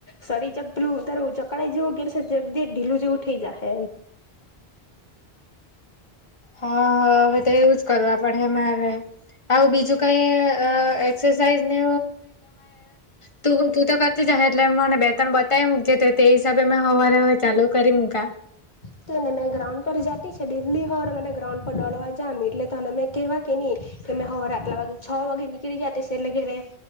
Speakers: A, on the left; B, on the left.
A: સડી જકલું ત ચકડા જવું કે જગદી ઢીલું જેવું થઈ જા હ એમ
B: હા હ હવે તો એવુંજ કરવા પડે અમારે આવ બીજું કઈ એક્સરસાઇઝને તો તું તું તો કરતી જાય એટલે મને બે તણ બતાવી મકજ તો તે હિસાબે મે સવારે હવે ચાલુ કરી મકા
A: એટને મેં ગ્રાઉન્ડ પર જાતી છે દિલ્હી હોરને ગ્રાઉન્ડ પર લડવા જામ એટલે તોને મેં કેવા કે નહી કેં હરે આટલા વાગે છ વાગે નીકળી જતી એટલે ઘેરે